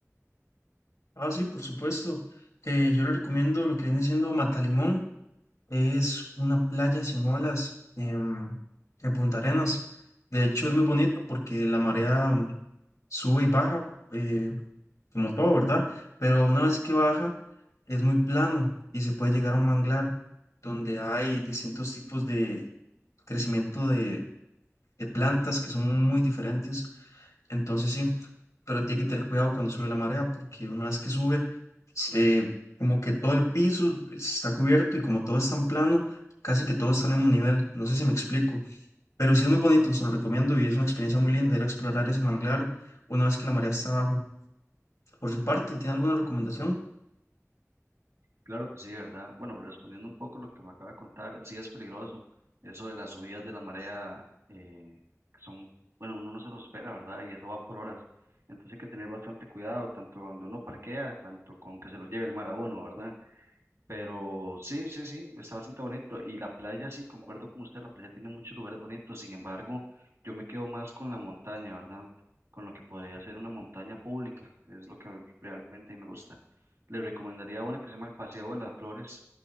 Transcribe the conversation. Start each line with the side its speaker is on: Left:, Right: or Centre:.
Left: Ah, sí, por supuesto. Eh, yo le recomiendo lo que viene siendo Matalimón. Es una playa sin olas em, en, Punta Arenas. De hecho, es muy bonito porque la marea mm, sube y baja, eh, como todo, ¿verdad? Pero una vez que baja, es muy plano y se puede llegar a un manglar donde hay distintos tipos de crecimiento de, de plantas que son muy diferentes. Entonces, sí, pero tiene que tener cuidado cuando sube la marea, porque una vez que sube, eh, como que todo el piso está cubierto y como todo es tan plano, casi que todo está al mismo nivel. No sé si me explico, pero sí es muy bonito, se lo recomiendo y es una experiencia muy linda ir a explorar ese manglar una vez que la marea está abajo. Por su parte, ¿tiene alguna recomendación?
Right: Claro que sí, ¿verdad? Bueno, respondiendo un poco lo que me acaba de contar, sí es peligroso. Eso de las subidas de la marea, eh, que son, bueno, uno no se lo espera, ¿verdad? Y eso va por horas. Entonces hay que tener bastante cuidado, tanto donde uno parquea, tanto con que se lo lleve el mar a uno, ¿verdad? Pero sí, sí, sí, está bastante bonito. Y la playa, sí, concuerdo con usted, la playa tiene muchos lugares bonitos. Sin embargo, yo me quedo más con la montaña, ¿verdad? Con lo que podría ser una montaña pública. Es lo que realmente a mí me gusta. Le recomendaría una que se llama el Paseo de las Flores,